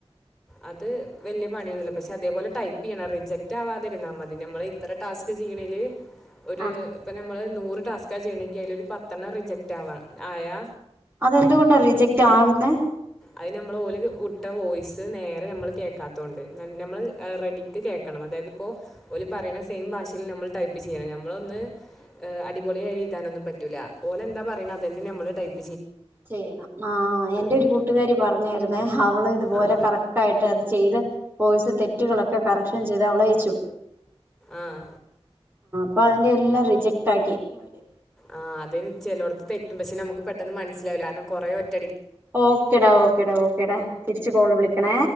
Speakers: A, in the centre; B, on the right.
A: അത് വലിയ പണിയൊന്നുമല്ല പക്ഷെ അതേപോലെ ടൈപ്പ് ചെയ്യണം റിജക്റ്റ് ആവാതിരിന്നാ മതി നമ്മൾ ഇത്ര ടാസ്ക് ചെയിണീ ല്. ഒരു
B: ആഹ്
A: ഇപ്പൊ നമ്മള് നൂറ് ടാസ്ക ചെയ്യണെങ്കിൽ അതില് ഒരു പത്തെണ്ണം റിജക്ട് ആവാ ആയാ.
B: അതെന്തുകൊണ്ടാ റിജക്ട് ആവുന്നെ.
A: അത് നമ്മൾ ഓല് വിട്ട വോയിസ് നേരെ നമ്മൾ കേൾക്കാത്തുകൊണ്ട് നമ്മൾ റെഡിക്ക് കേൾക്കണം. അതായത് ഇപ്പോ ഓല് പറിണ സെയിം ഭാഷീല് നമ്മൾ ടൈപ്പ് ചെയ്യണം നമ്മളൊന്ന് അടിപൊളായിഎയ് താനൊന്നും പറ്റൂല് ഓലെന്താ പറിണ് തന്നെ നമ്മള് ടൈപ്
B: ചെയ്യണം ആ എന്റെ
A: അതെ
B: ഒരു കൂട്ടുകാരി പറഞ്ഞായിരുന്നേ അവള് ഇതുപോലെ
A: ആ
B: കറക്റ്റ് ആയിട്ട് അത് ചെയ്ത് ഓയിസ് തെറ്റുകളൊക്കെ കറക്ഷൻ ചെയ്ത് അവളയിച്ചു.
A: ആഹ.
B: അപ്പൊ അതിന്റെ എല്ലാം റിജക്ട് ആക്കി അവര്.
A: ആഹ് അതയ്ന് ചെലോടത്ത് തെറ്റുണ്ട് പക്ഷെ നമുക്ക് പെട്ടെന്ന് മനസ്സിലാവില്ല കാരണം കുറെ
B: ഓക്കെടാ ഓക്കെടാ ഓക്കെടാ തിരിച്ച്ു കോള് വിളിക്കണേ.